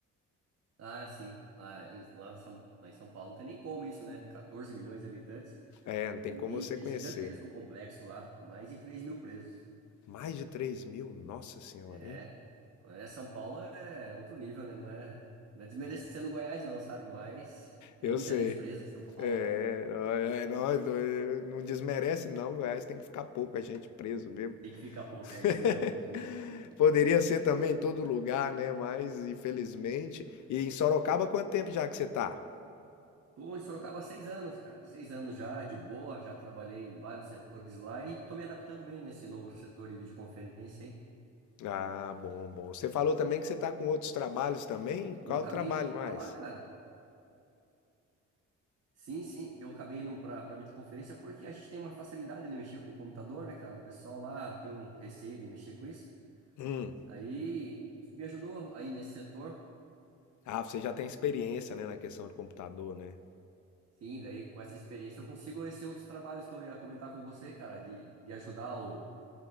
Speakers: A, on the right (about 55°); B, on the left (about 75°).
A: Ah, sim. Lá, em- lá, em São, lá em São Paulo não tem nem como isso, né? 14 milhões de habitantes.
B: É, não tem
A: E
B: como você conhecer,
A: é gigantesco
B: né?
A: o complexo lá. Mais de três mil presos.
B: Mais de 3 mil, nossa senhora,
A: É.
B: hein?
A: É, São Paulo é outro nível, né? Não é, não é desmerecendo Goiás, não, sabe? Mas é
B: Eu
A: muita
B: sei.
A: gente presa em São Paulo,
B: É,
A: cara.
B: nó- é nóis, é, não desmerece não, Goiás tem que ficar pouca gente preso mesmo.
A: Tem que ficar pouco.
B: <laughs>
A: É isso mesmo. Continua. assim.
B: Poderia ser também em todo lugar, né? Mas infelizmente. E em Sorocaba, quanto tempo já que você tá?
A: Tô em Sorocaba há seis anos, cara. Seis anos já, de boa. Já trabalhei em vários setores lá e tô me adaptando bem nesse novo setor de videoconferência, hein?
B: Ah, bom, bom. Você falou também que você tá com outros trabalhos também? Qual
A: E eu acabei
B: o trabalho
A: indo pra
B: mais?
A: lá, cara. Sim, sim. E eu acabei indo pra, pra videoconferência porque a gente tem uma facilidade de mexer com o computador, né, cara? O pessoal lá tem um receio de mexer com isso.
B: Hum.
A: Aí, isso me ajudou aí nesse setor.
B: Ah, você já tem experiência, né, na questão de computador, né?
A: Sim, daí com essa experiência eu consigo esses outros trabalhos que eu ia comentar com você, cara, de, de ajudar o